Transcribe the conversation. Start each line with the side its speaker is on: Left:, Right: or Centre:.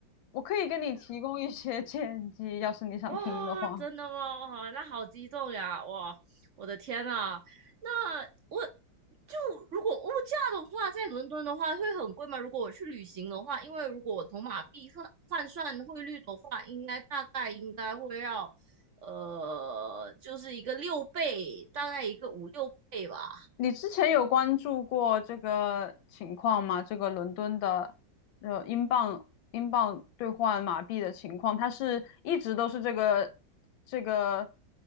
Left: 我可以给你提供一些 <laughs> 建议，要是你想听的话。
Right: 哇，真的吗？哇，那好激动呀！哇，我的天呐，那我就如果物价的话，在伦敦的话会很贵吗？如果我去旅行的话，因为如果我从马币换换算汇率的话，应该大概应该会要，呃，就是一个六倍，大概一个五六倍吧。
Left: 你之前有关注过这个情况吗？这个伦敦的呃英镑英镑兑换马币的情况，它是一直都是这个这个